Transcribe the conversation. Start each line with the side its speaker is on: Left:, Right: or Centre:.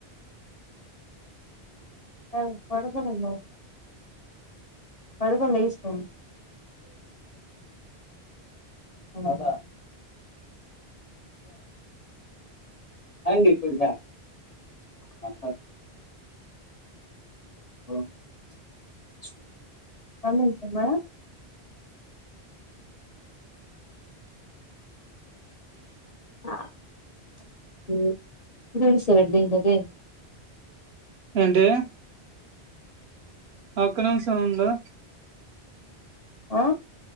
Left: అయిన్ పడుకునడు మామ్ పడుకొన్ని లేసిపోయిండు హలో <unintelligible> <unintelligible> <unintelligible>
Right: ఏంటి ఒక నిమిషం ఉండు
Left: ఆ